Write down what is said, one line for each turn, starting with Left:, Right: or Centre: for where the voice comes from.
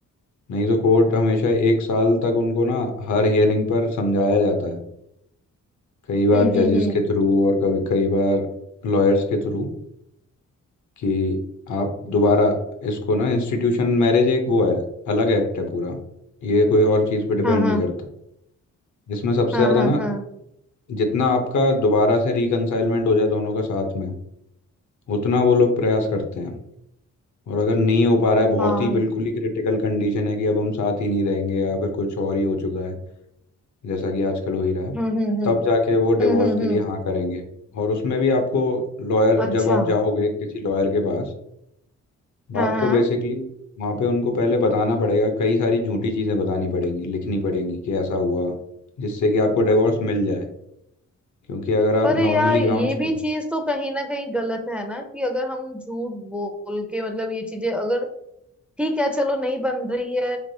Left: नहीं तो कोर्ट हमेशा एक साल तक उनको ना हर हियरिंग पर समझाया जाता है कई बार
Centre: हम्म
Left: जजेस
Centre: हम्म हम्म
Left: के थ्रू और कभी कई बार लॉयर्स के थ्रू कि आप दोबारा इसको ना इंस्टीट्यूशन मैरिज एक वो है अलग एक्ट है पूरा ये कोई और चीज़ पे डिपेंड
Centre: हाँ हाँ
Left: नहीं करता इसमें सबसे
Centre: हाँ
Left: ज़्यादा
Centre: हाँ
Left: ना
Centre: हाँ
Left: जितना आपका दोबारा से रिकनसाइलमेंट हो जाए दोनों का साथ में उतना वो लोग प्रयास करते हैं और अगर नहीं हो पा रहा है बहुत
Centre: हाँ
Left: ही बिल्कुल ही क्रिटिकल कंडीशन है कि अब हम साथ ही नहीं रहेंगे या फिर कुछ और ही हो चुका है जैसा कि आजकल हो ही रहा है
Centre: हम्म हम्म हम्म
Left: तब जाके वो
Centre: हम्म
Left: डिवोर्स
Centre: हम्म
Left: के
Centre: हम्म,
Left: लिए हाँ करेंगे और उसमें भी आपको लॉयर
Centre: अच्छा
Left: जब आप जाओगे किसी लॉयर के पास वो
Centre: हाँ
Left: आपको
Centre: हाँ
Left: बेसिकली वहाँ पे उनको पहले बताना पड़ेगा कई सारी झूठी चीज़ें बतानी पड़ेंगी लिखनी पड़ेंगी कि ऐसा हुआ जिससे कि आपको डिवोर्स मिल जाए क्योंकि अगर आप
Centre: पर यार
Left: नॉर्मली
Centre: ये
Left: ग्राउंड्स
Centre: भी
Left: पे
Centre: चीज तो कहीं ना कहीं गलत है ना कि अगर हम झूठ बोल के मतलब ये चीजें अगर ठीक है चलो नहीं बन रही है